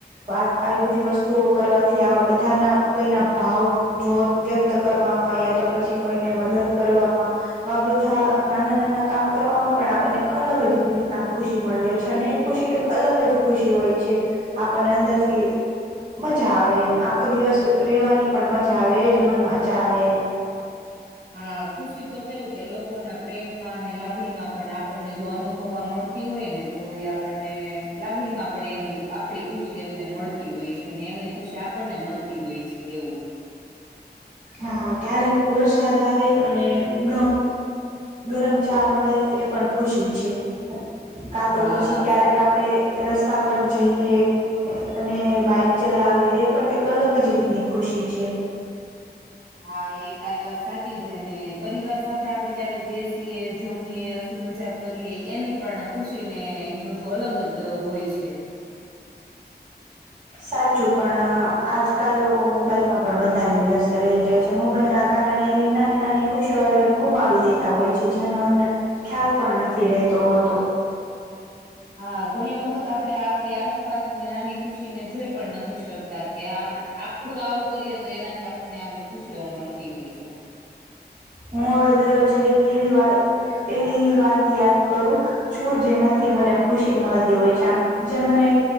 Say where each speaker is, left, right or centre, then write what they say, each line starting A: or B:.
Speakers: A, on the right (about 45°); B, on the right (about 70°).
A: વાત આવી બધી વસ્તુઓ કરવાથી આવા બધાના કોઈના ભાવ જોત વ્યક્ત કરવામાં યા તો પછી કોઈને મદદ કરવામાં આ બધા નાના નાના કામ કરવામાં પણ આપણને એક અલગ જ રીતના ખુશી મલે છે, અને એ ખુશી કંઈક અલગ જ ખુશી હોય છે. આપણને અંદરથી મજા આવે એમ આખો દિવસ રેવાની પણ મજા આવે એ જ મનમાં ચાલે
B: હા ખુશી તો કેવું કે લોકો પ્રેમમાંને લાગણીમાં પણ આ પણને જો અનુભવવા મળતી હોય ને તો એ આપણને લાગણીમાં પણ એને આ પડી ખુશી એમને મળતી હોય છે, ને એમની ખુશી આપણને મળતી હોય છે, એવું
A: હા ક્યારેક વરસાદ આવે અને ગ ગરમ ચા મળે એ પણ ખુશી છે, કા તો
B: હા
A: પછી ક્યારેક
B: સા
A: આપડે રસ્તા પર જઈએ. અને બાઈક ચલાવી એ પણ કઈક અલગ જ રીતની ખુશી છે.
B: હા એ તારી વાત સાચી છે, ને પરિવાર સાથે આપડે, ક્યારેક બેસીએ, જમીએ, હસી મજાક કરીએ એની પણ ખુશી ને બધું અલગ જ હોય છે.
A: સાચું પણ આજકાલ લોકો મોબાઈલમાં પણ વધારે વ્યસ્ત રહી જાય છે, મોબાઈલ ના કારણે એવી નાની નાની ખુશીઓ ગુમાવી દેતા હોય છે, જેનો એમને ખ્યાલ પણ નથી રહેતો હોતો
B: હા ઘણી વખત આપણે આપણી આસપાસની નાની ખૂશીને જોઈ પણ નથી શક તા કે આપડું આવું કરીએ તો એનાથી આપણને આવી ખુશીઓ મળતી હોય છે.
A: હું હવે દરરોજ એક એવી વા એવી વાત એવી વાત યાદ કરું છું જેનાથી મને ખુશી મળતી હોય છે, આમ જે મને